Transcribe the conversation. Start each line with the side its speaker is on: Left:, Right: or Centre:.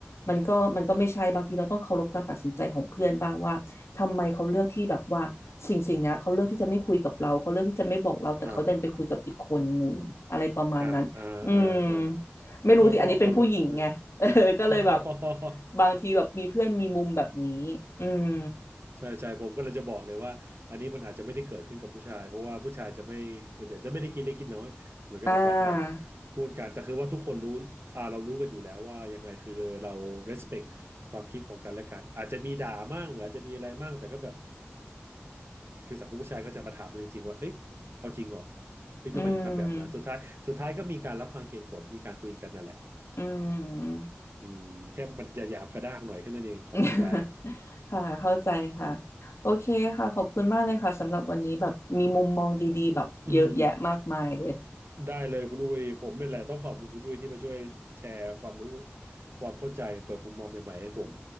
Left: มันก็มันก็ไม่ใช่บางทีเราต้องเคารพการตัดสินใจของเพื่อนบ้างว่าทำไมเขาเลือกที่แบบว่าสิ่งสิ่งเนี้ยเขาเลือกที่จะไม่คุยกับเราเขาเลือกที่จะไม่บอกเราแต่เขาดันไปคุยกับอีกคนหนึ่งอะไรประมาณนั้นอืม
Right: อ่า อ่า อ่า อ่าอ่า
Left: ไม่รู้สิอันนี้เป็นผู้หญิงไง
Right: ก็ก็เคารพเธอจ้ะ
Left: <laughs> เออก็เลยแบบ
Right: <laughs>
Left: บางทีแบบมีเพื่อนมีมุมแบบนี้อืม
Right: ใช่ใช่ผมก็เลยจะบอกเลยว่าอันนี้มันอาจจะไม่ได้เกิดขึ้นกับผู้ชายเพราะว่าผู้ชายจะไม่ส่วนใหญ่จะไม่ได้กินเล็กกินน้อยเหมือนกับแบบว่าอ่า
Left: อ่า
Right: พูดกันแต่คือว่าทุกคนรู้อ่าเรารู้กันอยู่แล้วว่ายังไงคือเรา respect ความคิดของกันและกันอาจจะมีด่ามั่งอาจจะมีอะไรมั่งแต่ก็แบบคือสังคมผู้ชายก็จะมาถามกันจริงๆว่าเอ้ยเอาจริงเหรอเอ้ยทำไมถึงทำแบบนั้นสุดท้ายสุดท้ายก็มีการรับฟังเหตุผลมีการคุยกันนั่นแหละ
Left: อืม อืม
Right: อืมแค่มันจะหยาบกระด้างหน่อยแค่นั้นเองของผู้ชาย
Left: <laughs> ค่ะ เข้าใจค่ะ โอเคค่ะ ขอบคุณมากเลยค่ะสำหรับวันนี้แบบมีมุมมองดีๆแบบเยอะแยะมากมายเลย
Right: <laughs> อืม ได้เลยคุณอุ้ยผมนี่แหละต้องขอบคุณคุณอุ้ยที่มาช่วยแชร์ความรู้ความเข้าใจเปิดมุมมองใหม่ๆให้ผม